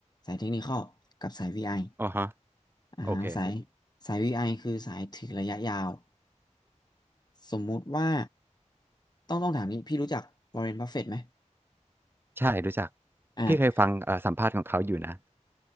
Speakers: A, on the left; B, on the right.
A: สายเทคนิคอลกับสาย VI อ
B: อ๋อฮะ
A: อ่าฮะสาย
B: โอเค
A: สาย VI คือสายถือระยะยาว สมมุติว่าต้องต้องถามนี้พี่รู้จักวอร์เรนบัฟเฟตต์ไหม
B: ใช่รู้จัก
A: อ่า
B: พี่เคยฟังเอ่อสัมภาษณ์ของเขาอยู่นะ